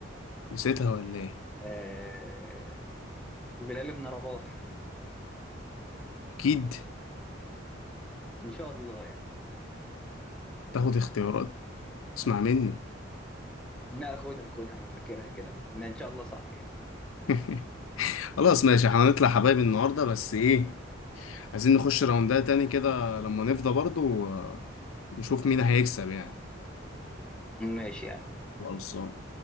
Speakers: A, on the left (about 85°); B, in the centre.
A: نسيتها ولا ايه
B: آه بلال بن رباح
A: اكيد
B: ان شاء الله يعني
A: تاخد اختيارات اسمع مني
B: لا خدها خدها انا فاكرها كده ان شاء الله صح يعني
A: <laughs> خلاص ماشي احنا هنطلع حبايب النهاردة بس ايه عايزين نخش راوندات تاني كده لما نفضى برضو آه، نشوف مين هيكسب يعني
B: ماشي يا عم
A: خلصان